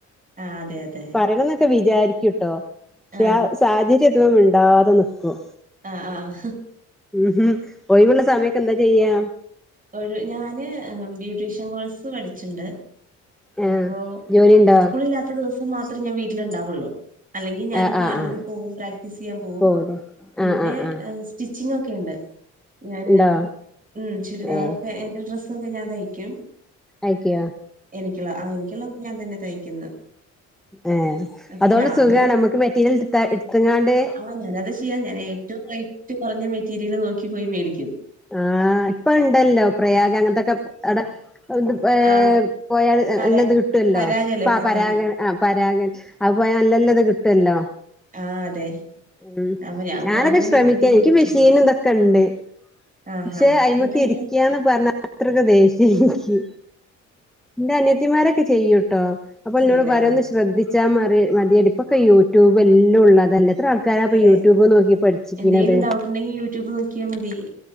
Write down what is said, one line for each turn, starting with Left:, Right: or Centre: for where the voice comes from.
Right: ആഹ് അതെ അതെ
Centre: പറണം ന്നൊക്കെ വിചാരിക്കുട്ടോ ക്ഷെ
Right: ആഹ്
Centre: ആ സാഹചര്യത്തുമ്പോ മിണ്ടാതെ നിക്കും
Right: ആഹ് ആഹ്
Centre: ഉ ഒഴിവുള്ള സമയക്കെ ന്താ ചെയ്യ്യ
Right: ഒരു ഞാന് ബ്യൂട്ടീഷ്യൻ കോഴ്സ് പഠിച്ചിണ്ട്
Centre: ആഹ്
Right: അപ്പൊ
Centre: ജോലി ഉണ്ടോ
Right: സ്കൂളില്ലാത്ത ദിവസം മാത്രേ ഞാൻ വീട്ടില് ഇണ്ടാവുള്ളൂ അല്ലെങ്കി ഞാന്
Centre: ആഹ്
Right: പാർലറി
Centre: ആഹ് ആഹ്
Right: പോകും പ്രാക്ടീസ് സെയ്യാൻ പോകും
Centre: പോവൂലേ
Right: പിന്നെ
Centre: ആഹ് ആഹ് ആഹ്
Right: സ്റ്റിച്ചിംഗ ഒക്കെ ണ്ട് ഞാന്
Centre: ഉണ്ടോ
Right: ഉ ചുരിദാറോക്കെ
Centre: ഏഹ്
Right: എന്റെ ഡ്രസ്സൊക്കെ ഞാൻ തയ്ക്യും
Centre: അയക്കോ
Right: എനിക്കുള്ള ആ എനിക്കുള്ളക്കെ ഞാൻ തന്നെ തയ്ക്കുന്ന്
Centre: ഏ
Right: അപ്പൊ
Centre: അതോണ്ട്
Right: ഈ രാവിലെ
Centre: സുഖാണ് നമ്മക്ക് മെറ്റീരിയൽ ഇടത്ത് ഇട്ത്ത്ങ്ങാണ്ട്
Right: ആഹ് ഞാനത് ചെയ്യാ ഞാൻ ഏറ്റവും റേയ്റ്റ് കൊറ്ഞ്ഞ മെറ്റീരിയല് നോക്കിപ്പോയി മേടിക്യു
Centre: ആ ഇപ്പ ണ്ടല്ലോ പ്രയാഗ് അങ്ങനത്തെൊക്കെ അ <unintelligible> വിടെ ഇത്
Right: ആഹ്
Centre: പോ <unintelligible> യാല്
Right: പരാ
Centre: നല്ലത് കിട്ടുമല്ലോ
Right: പരാഗല്ലേ
Centre: <unintelligible>
Right: പരാഗ്
Centre: ആ പരാഗൻ ആ പരാഗൻ അ പോയ നല്ലല്ലത് കിട്ടൊല്ലോ
Right: ആ അതെ
Centre: ഉം
Right: അപ്പൊ ഞാൻ
Centre: ഞാനൊക്കെ
Right: കുറഞ്ഞ
Centre: ശ്രമിക്കാ
Right: മെറ്റീരിയൽ നോക്കി
Centre: ഇന്ക്ക് മിഷീൻ
Right: മേടിക്കും.
Centre: ന് തൊക്കെ ണ്ട്
Right: ആഹാ
Centre: പക്ഷെ അയി്മക്ക്
Right: എന്നിട്ട് എന്ത്
Centre: ഇരിക്യാന്ന് പറഞ്ഞ അത്രയ്ക്ക് ദേശ്യാ നിക്ക് ഇന്റെ അനയത്തിമാരൊക്കെ ചെയ്യൂട്ടോ അപ്പൊ
Right: ചെയ്യില്ല
Centre: ഇന്നോട് പറയോ
Right: ആഹ്
Centre: ന്ന് ശ്രദ്ധിച്ച മ മതിയടുപ്പൊക്കെ യൂട്യൂബ് എല്ലോ ഉള്ളതല്ല ത്ര ആൾക്കാരാ
Right: അതെ
Centre: ഇപ്പൊ യൂട്യൂബ് നോക്കി പഠിച്ചിക്ക്ണത്
Right: എന്തേലും ഡൗട്ട് ഉണ്ടെങ്കി യൂട്യൂബ് നോക്കിയാ മതി